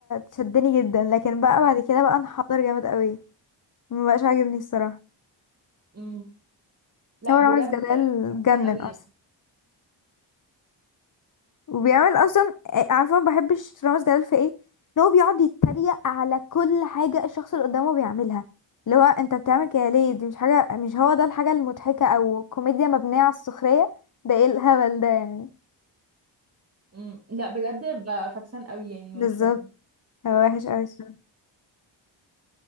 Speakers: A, on the left; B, on the right.
A: شدني جدا لكن بقى بعد كده بقى انحدر جامد قوي مبقاش عاجبني الصراحة
B: امم لا
A: هو رامز
B: بجد
A: جلال
B: فاكسان
A: جنن
B: قوي
A: أصلا
B: يعني
A: وبيعمل اصلا آه، عارفه ما بحبش رامز جلال في ايه ان هو بيقعد يتريق على كل حاجه الشخص اللي قدامه بيعملها اللي هو انت بتعمل كده ليه دي مش حاجه مش هو ده الحاجه المضحكه او كوميديا مبنيه على السخريه ده ايه الهبل ده يعني
B: امم لا بجد بقى فاكسان قوي يعني
A: بالظبط
B: ملوش لازمه
A: هو وحش قوي الصراحه